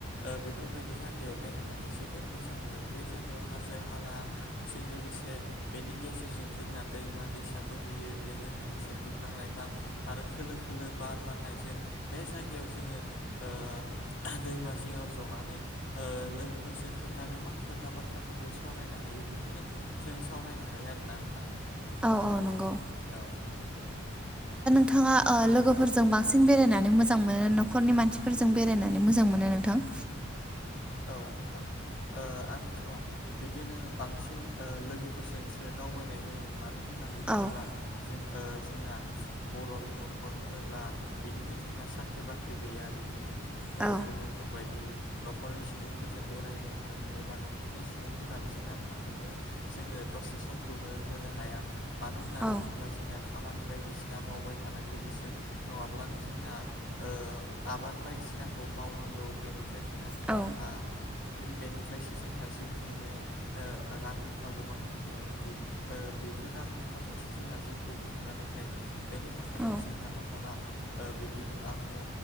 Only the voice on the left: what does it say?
ओ बेफोरबायदि जायगायाव बेरायनानै जोबोर मोजां मोनो बे जायगायाव हाजो हालाजों लोगोसे बेनि गेजेरजों जोंना दैमा दैसा बोहैयो बेजों लोगोसे बिफां लाइफां आरो खोलो खोलो बार बारनायजों बे जायगायाव जोङो ओ दैमा जिङाव जनानै ओ लोगोफोरजों खोथा गोबां खोथा बाथ्राफोरखौ सावरायनो हायो बिदिनो जोङो सावरायनो हायो आरोना नोंथां।
औ
औ नोंथां ओ आंथ' बिदिनो बांसिन ओ लोगोफोरजोंसो दावबायनाय जायो आं। मानो होननानै
बुङोब्ला जों ओ जोंना बर'नि न'खर होनोब्ला बिदिनो जोंना साख्रि बाख्रि गैया बिदिनो ओ
गुबुनफोरबायदि न' न'खरनि सुबुंफोरजों बेरायनो थांनो एबा न'खरनि सुबुंफोराबो जोंना थांनो जोंनो दसे समखौनो होनो हाया मानो होननानै
बुङोब्ला जोंना खामानि बायदिसिना मावबाय थानांगौ बिसोर नङाब्लानो जोंना ओ आबाद बायदिसिनाखौ मावनांगौ बेनिफ्राय जों
ओ बेनिफ्रायसो जोंहा जिउ खुंनो ओ रां रुफा गोबां मोनो बे बेफोर रां रुफाजोंसो जोंहा जिउखौ खुंनानै थायो बेनि थाखायनो
जोंना न'खरा ओ बिदि आंनो